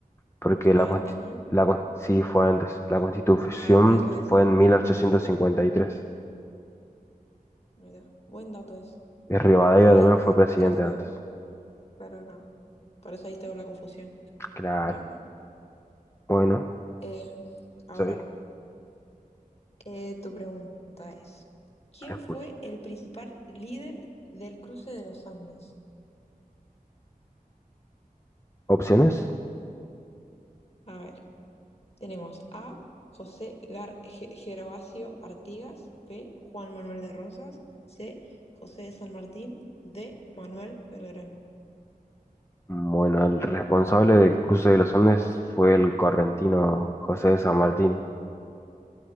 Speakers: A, on the left (about 20°); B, on the left (about 45°).
A: Porque
B: Fue
A: la,
B: antes,
A: consti-
B: ¿no?
A: la con- sí fue antes.
B: Claro,
A: La constitución
B: Claro, por eso esa
A: fue
B: era
A: en 1853.
B: la confusión. Mira, buen dato eso.
A: Y tres. Y Rivadavia
B: Sabía
A: también
B: que
A: fue
B: Demetria
A: presidente
B: fue,
A: antes.
B: pero no. Por eso ahí estaba la confusión.
A: Claro.
B: Bueno,
A: Bueno,
B: eh, ahora,
A: estoy,
B: eh, tu pregunta es, ¿quién
A: te escucho.
B: fue el principal líder del cruce de los Andes?
A: Opciones.
B: A ver, tenemos A, José Gar Ge- Gervasio Artigas, B, Juan Manuel de Rosas, C, José de San Martín, D, Manuel Belgrano,
A: Bueno, el responsable del cruce de los Andes fue el correntino José de San Martín,